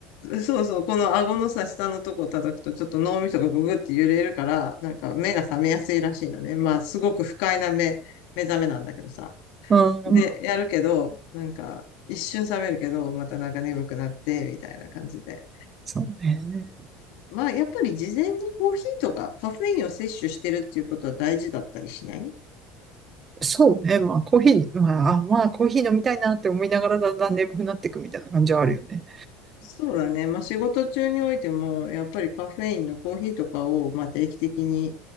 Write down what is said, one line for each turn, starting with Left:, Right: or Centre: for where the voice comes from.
Left: そうそう、この顎のさ、下のとこ叩くと、ちょっと脳みそがググって揺れるから、なんか目が覚めやすいらしいのね。まあ、すごく不快な目、目覚めなんだけどさ。
Right: うん、
Left: で、やるけど、なんか、一瞬覚めるけど、またなんか眠くなって、みたいな感じで。
Right: そうね。
Left: まあ、やっぱり事前にコーヒーとかカフェインを摂取してるっていうことは大事だったりしない
Right: そうね。まあ、コーヒー、まあ、あまあ、コーヒー飲みたいなって思いながらだんだん眠くなっていくみたいな感じはあるよね。
Left: そうだね。まあ、仕事中においても、やっぱりカフェインのコーヒーとかを、まあ、定期的に